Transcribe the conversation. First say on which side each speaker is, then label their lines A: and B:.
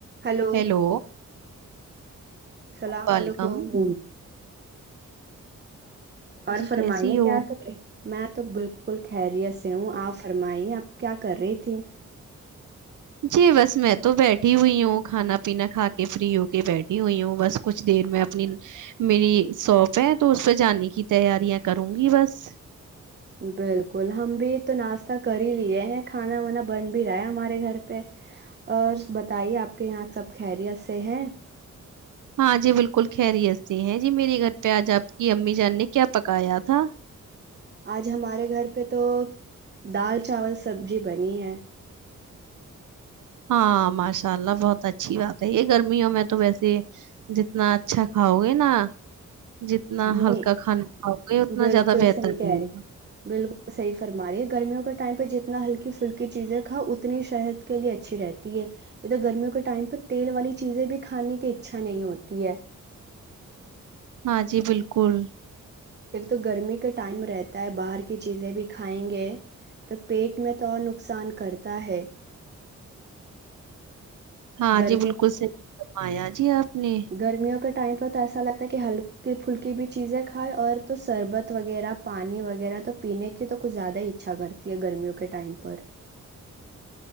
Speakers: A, on the right; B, on the right.
A: ہلو
B: ہیلو
A: اللام
B: ویلکم
A: علیکم <inaudible> اور
B: جی
A: فرمانییا
B: کیسی ہو
A: کیا کرے میں تو بالکل خیریت سے ہوں آ فرمائی اپ کیا کر رہی تھی
B: جی بس میں تو بیٹھی ہوئی ہوں کھانا پینا کھا کے فری ہو کے بیٹھی ہوئی ہوں بس کچھ دیر میں اپنی میری شاپ ہے تو اس پہ جانے کی تیاریاں کروں گی بس <unintelligible>
A: بالکل ہم بھی تو ناشتہ کر ہی لیے ہیں کھانا وانا بن بھی رہا ہے ہمارے گھر پہ اور بتائیے آپ کے یہاں سب خیریت سے ہیں
B: ہاں جی بالکل خیریت سے ہیں جی میرے گھر پہ آج آپ کی امی جان نے کیا پکایا تھا
A: آج ہمارے گھر پہ تو دال چاول سبزی بنی ہے
B: ہاں ماشاء اللہ بہت اچھی بات ہے یہ گرمیوں میں تو ویسے جتنا اچھا کھاؤ گے نا جتنا
A: نہیں
B: ہلکا کھانا کھاؤ گے اتنا
A: بالکل
B: زیادہ بہتر
A: صحی
B: رہے
A: کہہ رہی
B: گا
A: بالکل صحیح فرما رہی ہے گرمیوں کے ٹائم پہ جتنا اتنا ہلکی فھلکی چیزیں کاؤ اتنی شحت کے لیے اچھی رہتی ہے ادھر گرمیوں کے ٹائم پہ تیل والی چیزیں بھی کھانے کی اچھا نہیں ہوتی ہے
B: ہاں جی بالکل
A: ایکب تو گرمی کا ٹائم رہتا ہے باہر کی چیزیں بھی کھائیں گے تو پیٹ میں تو اور نقصان کرتا ہے
B: ہاں
A: گرمیوں
B: جی بالکل صحیح کرمایا جی آپ نے
A: گرمیوں کے ٹائم تو ایسا لگتا ہے کہ ہلکی پھلکی بھی چیزیں کھائے اور تو شربت وغیرہ پانی وغیرہ تو پینے کی تو کچھ زیادہ ہی اچھا کرتی ہے گرمیوں کے ٹائم پر